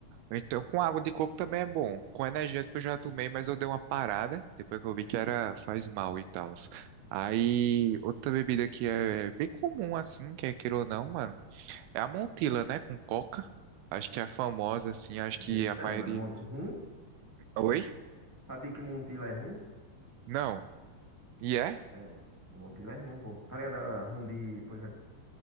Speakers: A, on the right; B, in the centre.
A: Então, com água de coco também é bom. Com energético eu já tomei, mas eu dei uma parada depois que eu vi que era faz mal e tal. Aí, outra bebida que é bem comum assim, quer queira ou não, mano, é a Montila, né, com coca. Acho que é a famosa assim, acho
B: Eita,
A: que a maioria.
B: mano, Mont- rum?
A: Oi?
B: Sabia que Montila é rum?
A: Não. E é?
B: É, Montila é rum, pô. Tá ligado? a Rum de, por exemplo,